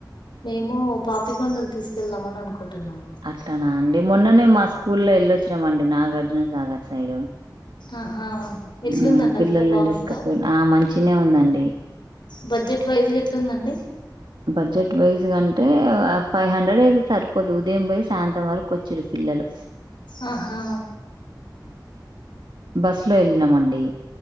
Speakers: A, on the left (about 80°); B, on the right (about 85°).
A: మేము పాపికొండలు తీసుకెళ్దామని అనుకుం టున్నం
B: అట్లానా అండి మొన్ననే మా స్కూల్ లో వెళ్ళొచ్చినమండి నాగార్జునసాగర్ సైడ్
A: ఆహా! ఎట్లుందండి
B: ఉం పిల్లల్ని
A: అక్కడ బావుందా?
B: తీసుకపో ఆ మంచి నే ఉందండి
A: బడ్జెట్ వైజ్ గా ఎట్లుందండి
B: బడ్జెట్ వైజ్ గా అంటే ఫైవ్ హండ్రెడ్ అయితే సరిపోదు ఉదయం పోయి సాయంత్రం వరకు వచ్చిరు పిల్లలు
A: ఆహా
B: బస్ లొ ఎల్లినామండి